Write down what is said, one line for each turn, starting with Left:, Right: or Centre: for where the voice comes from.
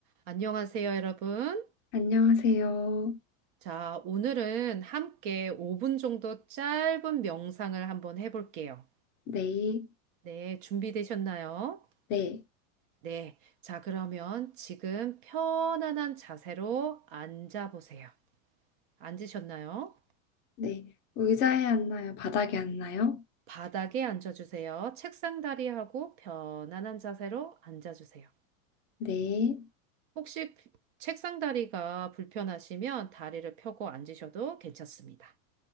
Right: 안녕하세요, 여러분.
Left: 안녕하세요.
Right: 자, 오늘은 함께 5분 정도 짧은 명상을 한번 해볼게요.
Left: 네,
Right: 네, 준비되셨나요?
Left: 네,
Right: 네. 자, 그러면 지금 편안한 자세로 앉아보세요. 앉으셨나요?
Left: 네. 의자에 앉나요? 바닥에 앉나요?
Right: 바닥에 앉아주세요. 책상 다리하고 편안한 자세로 앉아주세요.
Left: 네,
Right: 혹시 책상 다리가 불편하시면 다리를 펴고 앉으셔도 괜찮습니다.